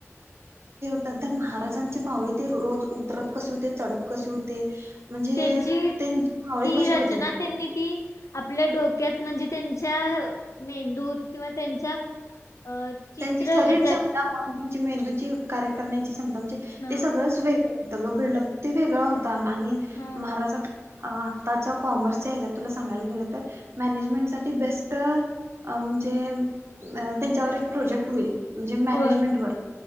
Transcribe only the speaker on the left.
त्यांची
ती
रचना
त्यांनी ती आपल्या डोक्यात म्हणजे त्यांच्या मेंदूत किंवा त्यांच्या अ चित्र
ह्याच्यात
हा
हा
होय